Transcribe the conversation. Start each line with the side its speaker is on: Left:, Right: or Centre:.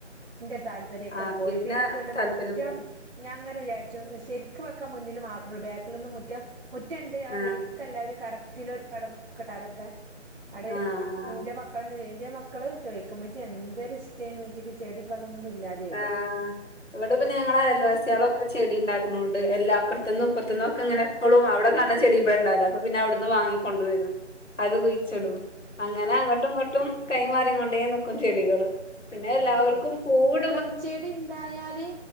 Right: ന്റെ- താല്പര്യക്കെ
Left: ആ
Right: പോയി പിന്നെ അതും അല്ല
Left: താല്പര്യം
Right: മുറ്റം.
Left: പോവും
Right: ഞാൻ അങ്ങനെ വിചാരിച്ചു, ശരിക്ക് വെക്കാൻ മുന്നിൽ മാത്രേ ഉള്ളൂ. ബാക്കിലൊന്നും മുറ്റ- മുറ്റണ്ട് അത്
Left: ആ
Right: റെഡിക്കല്ല. ഒരു കറക്റ്റില ഒരു പടവ കിട്ടാലൊക്കെ. അവിടെ
Left: ആഹ് ആഹ്
Right: എന്റെ മക്കളന്നെ ഇന്റെ- മക്കള് ചോയ്ക്കും മ്മച്ചി- എന്തൊരിഷ്ട്ടെയ്ന്ന് മ്മച്ചിക്ക് ചെടി. ഇപ്പ അതൊന്നും ഇല്ലാതെയായില്ലേ
Left: ആഹ്... ന്നട്ട് പിന്നെ അയൽവാസികളൊക്കെ ചെടി- ണ്ടാക്കനോണ്ട് എല്ലാപ്പറത്തുന്നു, പ്പറത്തുന്നൊക്കെ ഇങ്ങനെ- ഉളും അവിടെ കാണ്ണെ ചെടി- ഇണ്ടാവില്ല അപ്പ പിന്നെ അവിടുന്ന്- വാങ്ങിക്കൊണ്ട് വരും. അത് കുഴിച്ചിടും അങ്ങനെ- അങ്ങോട്ടും, ഇങ്ങോട്ടും കൈമാറി- കൊണ്ടേ നിക്കും ചെടികള്. പിന്നെ എല്ലാവർക്കും
Right: ഉം ഉം
Left: പൂവ്-
Right: അത് ചെടിണ്ടായാല്,